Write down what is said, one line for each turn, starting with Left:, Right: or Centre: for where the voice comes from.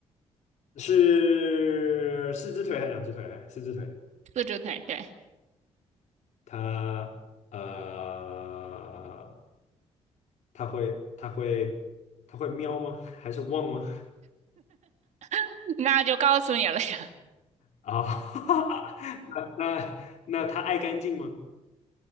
Left: 是四只腿还是两只腿？四只腿。
Right: 四只腿。对，
Left: 他呃，他会他会他会喵吗？<laughs> 还是汪吗？
Right: <laughs> 那就告诉你了呀。
Left: 啊、<laughs> 那那那它爱干净吗？